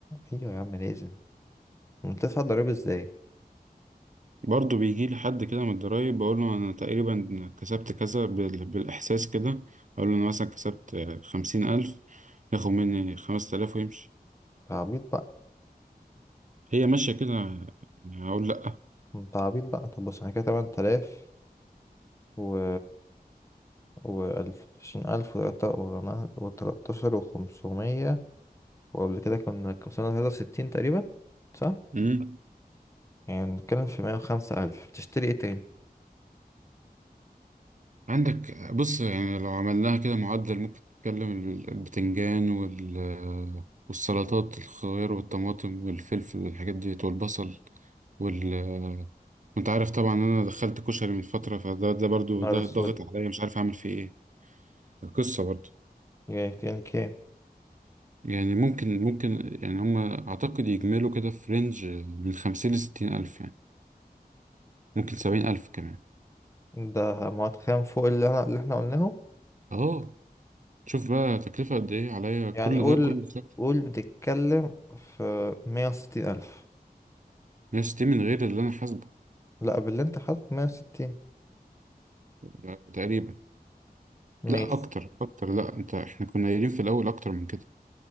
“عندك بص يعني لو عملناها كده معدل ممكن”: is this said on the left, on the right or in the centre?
Right